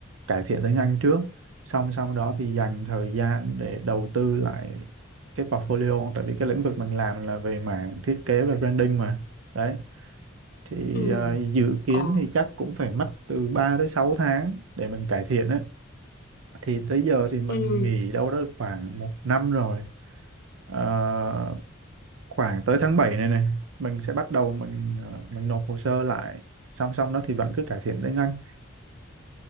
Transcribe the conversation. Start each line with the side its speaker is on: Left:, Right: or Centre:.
Right: cải thiện tiếng Anh trước song song đó thì dành thời gian để đầu tư lại cái portfolio tại vì cái lĩnh vực mình làm là về mảng thiết kế và branding mà đấy thì
Left: Ừ.
Right: ờ, dự kiến
Left: Ờ.
Right: thì chắc cũng phải mất từ 3 tới 6 tháng để mình cải thiện đấy thì tới giờ thì mình
Left: Ừ.
Right: nghỉ đâu đó khoảng một năm rồi Ờ, khoảng tới tháng 7 này này mình sẽ bắt đầu mình ờ, mình nộp hồ sơ lại song song đó thì vẫn cứ cải thiện tiếng Anh